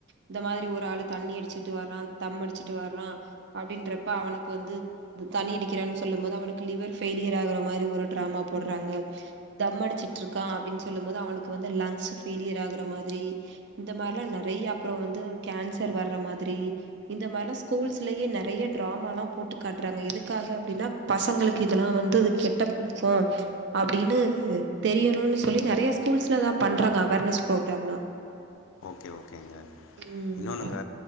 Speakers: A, on the right; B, on the left.
A: இந்த மாரி ஒரு ஆளு தண்ணி அடிச்சுட்டு வர்றா தம் அடிச்சுட்டு வர்றா அப்டின்றப்ப அவனுக்கு வந்து து தண்ணி அடிக்கிறான் சொல்லும் போது அவனுக்கு லிவர் ஃபேயிலியர் ஆகுற மாரி ஒரு டிராமா போடுறாங்க தம் அடிச்சிட்ருக்கா அப்டின்னு சொல்லும் போது அவனுக்கு வந்து லங்ஸ் ஃபேயிலியர் ஆகுற மாதிரி இந்த மாரிலா நெறைய அப்புறோ வந்து கேன்சர் வர்ற மாதிரி இந்த மாரில்லா ஸ்கூல்ஸ்லயே நெறைய டிராமலா போட்டு காட்டுறாங்க எதுக்காக அப்டின்னா பசங்களுக்கு இதெல்லா வந்து அது கெட்ட பழக்கோ அப்டின்னு தெரியனுன்னு சொல்லி நெறைய ஸ்கூல்ஸ்ல தா பண்றாங்க அவேர்னஸ் ஃப்ரோக்ராம்லா
B: ஓகே ஓகேங்க
A: ம்
B: இன்னொன்னுங்க